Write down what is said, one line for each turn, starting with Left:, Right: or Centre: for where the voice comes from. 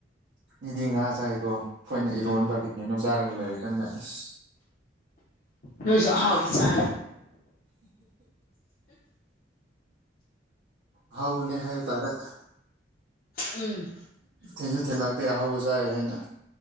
Right: ꯏꯗꯤ ꯉꯥ ꯆꯥꯏꯒꯣ ꯑꯩꯈꯣꯏꯅ ꯏꯔꯣꯟꯕ
Left: ꯎꯝ
Right: ꯀꯩ ꯀꯩꯅꯣ ꯆꯥꯔꯒ ꯂꯩꯔ ꯀꯥꯟꯗ ꯑꯁ
Left: ꯂꯁꯨ ꯑꯍꯥꯎꯕ ꯆ
Right: ꯍꯥꯎꯅꯦ ꯍꯥꯏ ꯇꯔꯦ ꯎꯝ
Left: ꯎꯝ
Right: ꯊꯤꯟꯁꯨ ꯊꯤꯟꯂꯛꯇꯦ ꯑꯍꯥꯎꯕ ꯆꯥ ꯍꯥꯏꯅ